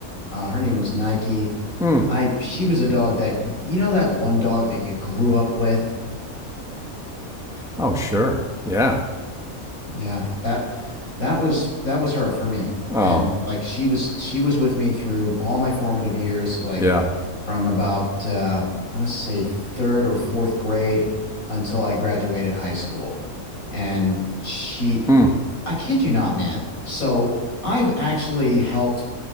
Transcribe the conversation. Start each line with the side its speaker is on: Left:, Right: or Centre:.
Left: Uh, her name was Nike.
Centre: Mm.
Left: I she was a dog that you know that one dog that you grew up with?
Centre: Oh sure, yeah.
Left: Yeah, that that was that was her for me.
Centre: Oh
Left: And like she was she was with me through all my formative years, like
Centre: yeah.
Left: from about uh I want to say third or fourth grade until I graduated high school. And she
Centre: Mm.
Left: I kid you not, man. So I've actually helped